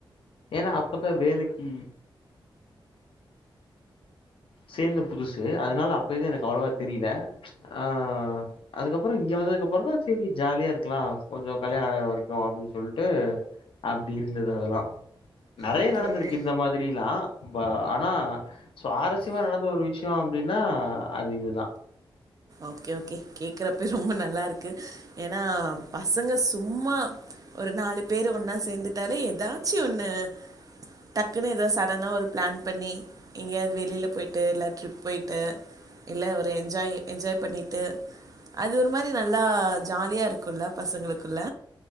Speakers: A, on the left; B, on the right.
A: ஏன்னா அப்பதா வேலைக்கு சேந்த புதுசு அதுனால அப்ப எது எனக்கு அவ்வளோவா தெரில ஆ அதுக்கப்புறோ இங்க வந்ததுக்கு அப்றோ தா சரி ஜாலியா இருக்கலா கொஞ்சோ கல்யாணோ ஆகுர வரைக்கு அப்படின்னு சொல்லிட்டு அப்டி இருந்தது அதெல்லா நெறைய
B: ஓகே
A: நடந்திருக்கு
B: ஓகே
A: இந்த மாதிரிலா ஆனா சுவாரசி ச்சியமா நடந்த ஒரு விஷயோ அப்படின்னா அது இதுதா
B: ஓகே ஓகே கேக்குறப்ப ரொம்ப நல்லா இருக்கு ஏன்னா பசங்க சும்மா ஒரு நாலு பேரு ஒன்னா சேந்துட்டாலே ஏதாச்சு ஒண்ணு டக்குனு ஏதோ சடனா ஒரு பிளான் பண்ணி எங்கேயாவது வெளில போய்ட்டு இல்ல ட்ரிப் போயிட்டு இல்ல ஒரு என்ஜாய் என்ஜாய் பண்ணிட்டு அது ஒரு மாரி நல்லா ஜாலியா இருக்குல்ல பசங்களுக்குள்ள